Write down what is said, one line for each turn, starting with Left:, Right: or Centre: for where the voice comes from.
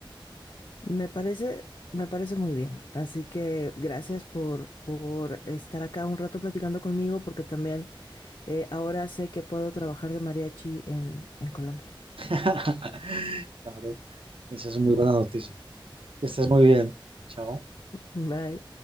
Left: Me parece, me parece muy bien. Así que gracias por, por estar acá un rato platicando conmigo, porque también eh, ahora sé que puedo trabajar de mariachi en, en Colombia.
Right: <laughs> Claro, esa es muy buena noticia. Que Estés muy bien. Chao.
Left: <laughs> Bye.